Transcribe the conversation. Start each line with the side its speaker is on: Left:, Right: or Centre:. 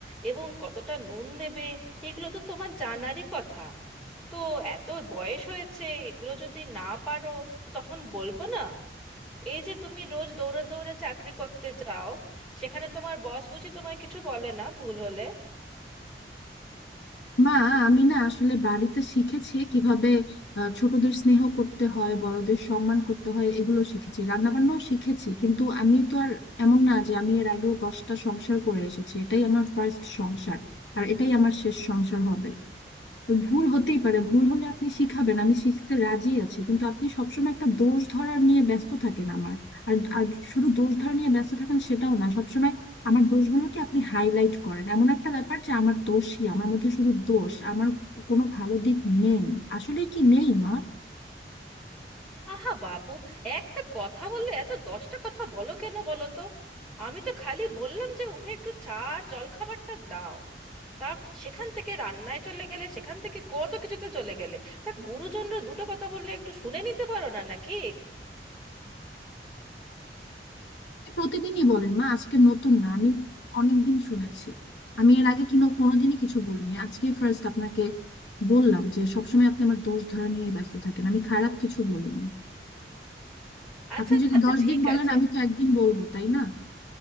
Centre: এবং কতটা নুন দেবে এগুলো তো তোমার জানারই কথা তো এত বয়স হয়েছে এগুলো যদি না পারো তো তখন বলবো না এই যে তুমি রোজ দৌড়ে দৌড়ে চাকরি করতে যাও সেখানে তোমার বস বুঝি তোমায় কিছু বলে না ভুল হলে
Left: মা আমি না আসলে বাড়িতে শিখেছি কিভাবে আহ, ছোটদের স্নেহ করতে হয় বড়দের সম্মান করতে হয় এগুলো শিখেছি রান্না বান্নাও শিখেছি কিন্তু আমি তো আর এমন না যে আমি এর আগেও দশটা সংসার করে এসেছি এটাই আমার ফার্স্ট সংসার আর এটাই আমার শেষ সংসার হবে ভুল হতেই পারে ভুল হলে আপনি শিখাবেন আমি শিখতে রাজি আছি কিন্তু আপনি সবসময় একটা দোষ ধরা নিয়ে ব্যস্ত থাকেন আমার আর আর শুধু দোষ ধরা নিয়ে ব্যস্ত থাকেন সেটাও না সবসময় আমার দোষগুলোকে আপনি হাইলাইট করেন এমন একটা ব্যাপার যে আমার দোষই আমার মধ্যে শুধু দোষ আমার কোনো ভালো দিক নেই আসলে কি নেই মা
Centre: আহা বাপু একটা কথা বললে এত দশটা কথা বলো কেন বলো তো আমি তো খালি বললাম যে উঠে একটু চা আর জলখাবারটা দাও তা সেখান থেকে রান্নায় চলে গেলে সেখান থেকে কত কিছুতে চলে গেলে তা গুরুজনরা দুটো কথা বললে একটু শুনে নিতে পারো না নাকি
Left: আপনি প্রতিদিনই বলেন মা আজকে নতুন না আমি অনেকদিন শুনেছি আমি এর আগে কিনো কোনোদিনই কিছু বলিনি আজকে ফার্স্ট আপনাকে বললাম যে সবসময় আপনি আমার দোষ ধরা নিয়ে ব্যস্ত থাকেন আমি খারাপ কিছু বলিনি
Centre: আচ্ছা
Left: আপনি যদি
Centre: আচ্ছা
Left: দশ
Centre: ঠিক
Left: দিন বলেন
Centre: আছে
Left: আমি তো একদিন বলবো তাই না